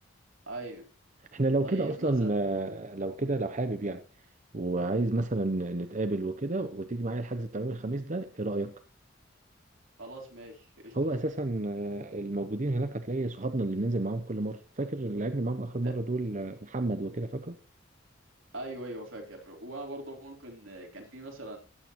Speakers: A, on the right (about 80°); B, on the right (about 35°).
A: ايوه
B: احنا لو
A: طيب
B: كده اصلا
A: مثلا
B: آه، لو كده لو حابب يعني وعايز مثلا نتقابل وكده وتيجي معايا الحجز بتاع يوم الخميس ده ايه رايك
A: خلاص ماشي قشطه
B: هو اساسا آه، الموجودين هناك هتلاقي صحابنا اللي بننزل معاهم كل مره فاكر اللي لعبنا معاهم اخر
A: ت-
B: مره دول آه، محمد وكده فاكره
A: ايوه ايوه فاكر وانا برضه ممكن كان في مثلا